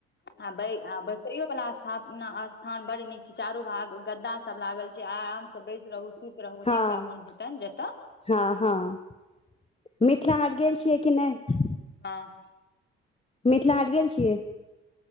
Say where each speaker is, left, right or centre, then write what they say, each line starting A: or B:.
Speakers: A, on the left; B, on the left.
A: आ बैसैयो वला स्थान बड़ निक छै चारू भाग गद्दा। सभ लागल छै, आराम से बैस रहु सुति रहू
B: हँ,
A: जिनका मोन हेतनि जतऽ
B: हँ, हँ, मिथिला हाट गेल छियै कि नहि
A: हँ
B: मिथिला हाट गेल छियै